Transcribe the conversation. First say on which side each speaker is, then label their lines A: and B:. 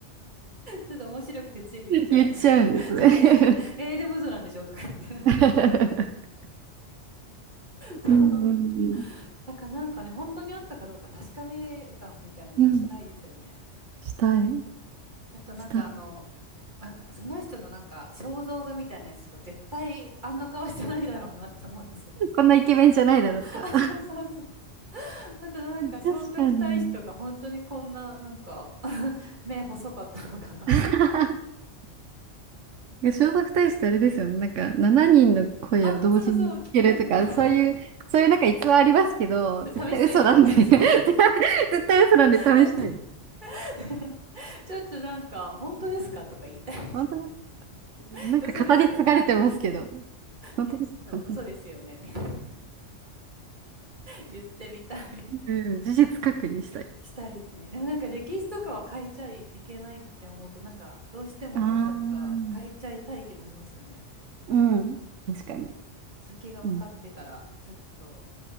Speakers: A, on the right; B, on the right.
A: ちょっと面白くてつい言っちゃうんですけど、
B: 言っちゃうんですね
A: <laughs> そう、えーえーでも嘘なんでしょとか言って。
B: <laughs>
A: <laughs>
B: うんうんうん
A: そうだからなんかね、本当にあったかどうか確かめ算みたいなのがしたいですよね。
B: うん。したい。
A: あとなんかあの、
B: したい。
A: なんかその人のなんか肖像画みたいなやつとか絶対あんな顔してないだろうなって思うんですよね。
B: こんなイケメンじゃないだろうとか。
A: <laughs> あ、そうそうそう。あとなんか聖徳太子とか本当にこんななんか
B: <laughs> 確かに。
A: <laughs> 目細かったのかなみたいな。
B: <laughs> 聖徳太子ってあれですよね。なんか、7人の声を同時に聞けるとか、
A: あ、そうそう、聞ける。<laughs>
B: そういう、そういうなんか逸話ありますけど、絶対嘘なんで
A: 試したいですよね。
B: <laughs>
A: <laughs>
B: 絶対
A: そんな。
B: 絶対嘘なんで試したい。
A: 絶対 <laughs> ちょっとなんか、本当ですかとか言いたいです。
B: 本当
A: <laughs>
B: なんか語り継がれてますけど。
A: 嘘ですよね。
B: 本当ですか
A: ね、ちょっと嘘ですよね。<laughs> 言ってみたい。<laughs>
B: うん、事実確認したい。
A: したいですね。でもなんか歴史とかは変えちゃいけないって思うと、なんかどうしてもね、
B: ああ、
A: なんか変えちゃいたい気もしますよね。
B: うん。確かに。
A: 先が分かってたら、
B: うん。
A: ちょっと。